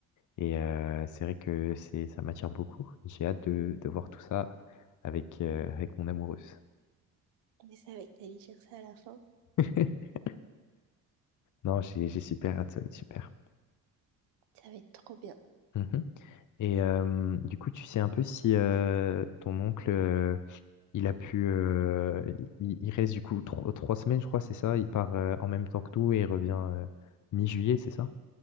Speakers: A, on the left; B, on the right.
A: Et euh, c'est vrai que c'est, ça m'attire beaucoup. J'ai hâte de, de voir tout ça avec, euh, avec mon amoureuse.
B: Je savais que t'allais dire ça à la fin.
A: <laughs> Non, j'ai, j'ai super hâte, ça va être super.
B: Ça va être trop bien.
A: Mhm. Et euh, du coup, tu sais un peu si euh, ton oncle, euh, il a pu, euh, il, il reste du coup tro- trois semaines, je crois, c'est ça? Il part euh, en même temps que nous et il revient euh, mi-juillet, c'est ça?